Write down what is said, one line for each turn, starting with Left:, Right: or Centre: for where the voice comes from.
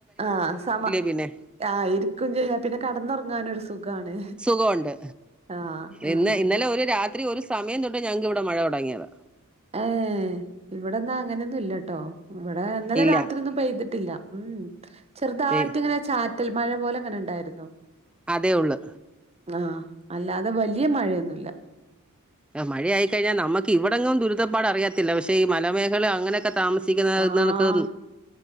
Right: ആഹ് സമ
Centre: പിന്നെ
Right: ആഹ് ഇരിക്കും ചെയ്യ പിന്നെ കട്ന്നൊർറങ്ങാനൊരു സുഖാണ്
Centre: സുഖമുണ്ട്
Right: ആഹ്
Centre: ഇന്ന്
Right: ആഹ്
Centre: ഇന്നലെ ഒരു രാത്രി ഒരു സമയം തൊട്ട് ട്ട് ഞങ്ങക്ക്‌വിടെ മഴ തൊടങ്ങിയത്
Right: ഏഹ് ഇവിടെന്ന അങ്ങനെന്നുല്ലട്ടോ ഇവടെ ഇന്നലെ
Centre: ഇല്ല
Right: രാത്രി ഒന്നും പെയ്തിട്ടില്ല ഉംഹ് ചെർതായിട്ട്ങ്ങനെ
Centre: വെ-
Right: ചാ റ്റൽ മഴ പോലെങ്ങനെ ഇണ്ടായിര്ന്നു
Centre: അതേ ഒള്ള്
Right: ആഹ് അല്ലാതെ വല്യയ മഴയൊന്നുല്ല
Centre: മഴയായിക്കഴിഞ്ഞാ നമക്ക് ഇവിടെങ്ങും ദുരിതപ്പാട് അറിയാത്തില്ലാ പക്ഷേ ഈ മലമേഖല അങ്ങനെക്കെ താമസിക്കുന്നർക്ക്
Right: ആഹ്